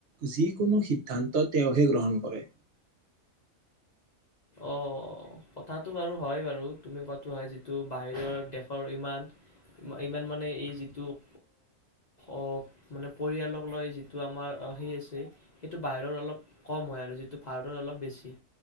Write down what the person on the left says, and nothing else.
অঁ কথাটো বাৰু হয় বাৰু তুমি কোৱাটো হয় যিটো বাহিৰৰ দেশৰ ইমান- ইমান মানে এই যিটো ক- অঁ মানে পৰিয়ালক লৈ যিটো আমাৰ সেই আছে। সেইটো বাহিৰত অলপ কম হঁয় আৰু যিটো ভাৰতত অলপ বেছি।